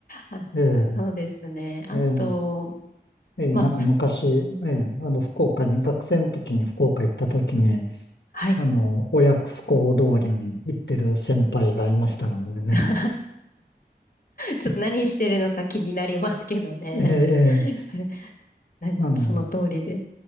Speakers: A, on the left (about 55°); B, on the left (about 80°).
A: あ、
B: ええ、
A: そうですね。あと、
B: ええ、ええなんか昔、
A: まあ、ふ
B: ええ、あの、福岡に、学生の時に福岡行った時に、
A: はい。
B: あの、親不孝通りに行ってる先輩がいましたのでね。
A: <laughs> ちょっと何してるのか気になりますけどね。
B: ええ、ええ
A: <laughs> 何その通りで。
B: あの、